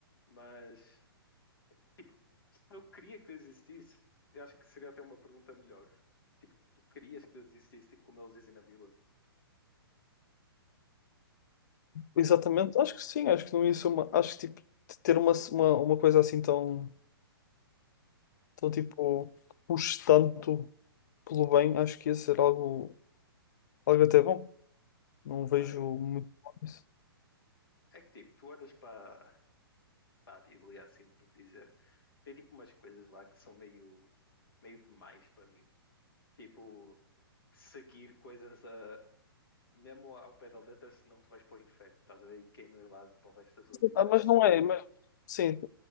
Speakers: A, on the left; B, on the left.
A: Mas, tipo, se eu queria que Deus existisse, eu acho que seria até uma pergunta melhor. Tipo, tu querias que Deus existisse, tipo, como eles dizem na Bíblia?
B: exatamente. Acho que sim, acho que não ia ser uma. Acho que tipo, de ter uma, uma, uma coisa assim tão, tão tipo, puxe tanto pelo bem, acho que ia ser algo, algo até bom. Não vejo
A: Mano, é,
B: muito mal nisso.
A: é que tipo, tu olhas para para a Bíblia, assim por dizer, tem tipo umas coisas lá que são meio, meio demais para mim. Tipo, seguir coisas a, mesmo ao pé da letra, senão tu vais para o inferno, estás a ver? E queimas lado para o resto da tua vida.
B: ah,
A: Eu
B: mas
A: acho isso
B: não
A: meio.
B: é, mas sim,